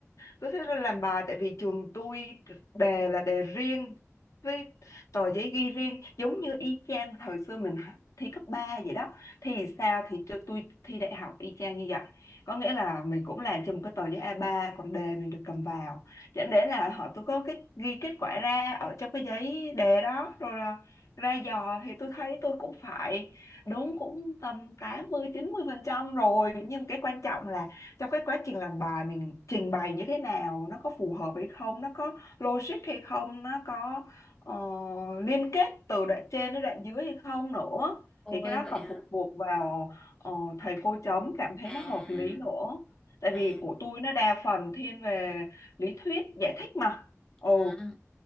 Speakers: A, on the left; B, on the left.
A: tôi thích làm bài tại vì trường tôi đề là đề riêng với tờ giấy ghi riêng giống như y chang thời xưa mình h- thi cấp 3 vậy đó thì sao thì cho tôi thi đại học y chang như vậy có nghĩa là mình cũng làm trên một cái tờ giấy a ba còn đề mình được cầm vào dẫn đến là họ tôi có cái ghi kết quả ra ở trong cái giấy đề đó rồi là ra dò thì tôi thấy tôi cũng phải đúng cũng tầm tám mươi chín mươi phần trăm rồi nhưng cái quan trọng là trong cái quá trình làm bài mình trình bày như thế nào nó có phù hợp hay không nó có logic hay không nó có ờ, liên kết từ đoạn trên đến đoạn dưới hay không nữa
B: ôi
A: thì cái đó
B: vậy
A: còn
B: hả
A: phụ thuộc vào ờ, thầy cô chấm cảm thấy
B: à
A: nó hợp lý nữa tại vì
B: à
A: của tôi nó đa phần thiên về lý thuyết giải thích mà ừ
B: à